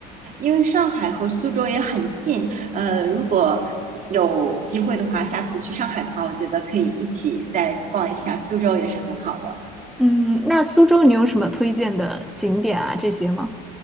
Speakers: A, on the right; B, in the centre.
A: 因为上海和苏州也很近，呃，如果有机会的话，下次去上海的话，我觉得可以一起再逛一下苏州，也是很好的。
B: 嗯，那苏州你有什么推荐的景点啊？这些吗？